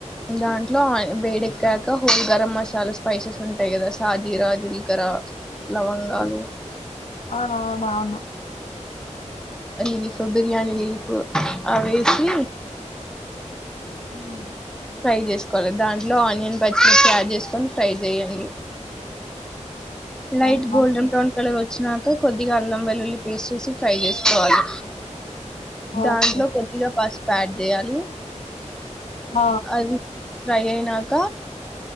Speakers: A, in the centre; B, on the left (about 60°).
A: దాంట్లో ఆయిల్ వేడెక్కక హోల్ గరం మసాలా స్పైసెస్ ఉంటాయి కదా సాజీర జిలకర లవంగాలు
B: ఆ అ అవును అవును
A: లీఫ్ బిర్యానీ లీఫ్ అవేసి
B: హ్మ్
A: ఫ్రై చేసుకోవాలి దాంట్లో ఆనియన్ పచ్చిమిర్చి యాడ్ చేసుకొని ఫ్రై చేయయండి లైట్
B: ఆహా
A: గోల్డెన్
B: ఓకే
A: బ్రౌన్ కలర్ వచ్ వేసినాక కొద్దిగా అల్లం వెల్లుల్లి పేస్ట్ వేసి ఫ్రై చేసుకోవాలి దాంట్లో
B: ఓకే.
A: కొద్దిగా పస్ప్ పు యాడ్ చేయాలి
B: హ
A: అది ఫ్రై అయినాక